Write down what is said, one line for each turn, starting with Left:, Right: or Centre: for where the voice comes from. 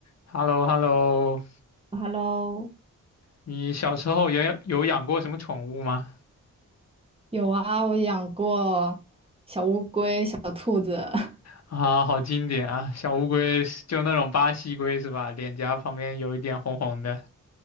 Left: h e l l o h e l l o
Right: Hello，
Left: 你小时候有有养过什么宠物吗？
Right: 有啊，我养过小乌龟、小兔子。<laughs>
Left: 啊，好经典啊，小乌龟是就那种巴西龟是吧？脸颊旁边有一点红红的。